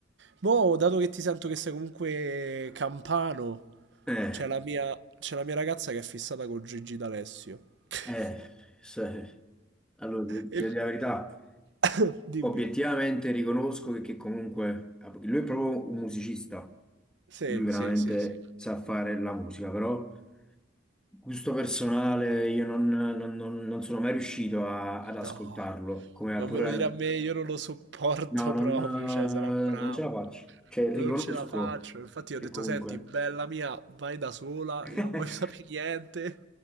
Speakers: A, on the right; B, in the centre.
A: Mo, dato che ti sento che sei comunque campano,
B: Eh,
A: c'è la mia, c'è la mia ragazza che è fissata con Gigi D'Alessio. <laughs>
B: eh, se- allora, ti
A: E
B: ti dico la verità,
A: Mm. dimmi.
B: obiettivamente riconosco che, che comunque lui è proprio un musicista,
A: Sì,
B: lui veramente
A: sì, sì, sì.
B: sa fare la musica, però gusto personale io non, non- non- non sono mai riuscito a- ad ascoltarlo,
A: No,
B: come
A: non
B: a pure...
A: me lo dire a me, io non lo sopporto
B: No,
A: proprio,
B: non, eh,
A: cioè, sarà bravo.
B: non ce la faccio, cioè
A: Non
B: riconosco
A: ce la faccio. Infatti, io
B: che
A: ho detto:
B: comunque...
A: Senti, bella mia, vai da sola.
B: <laughs>
A: Io non voglio <laughs> sapere niente.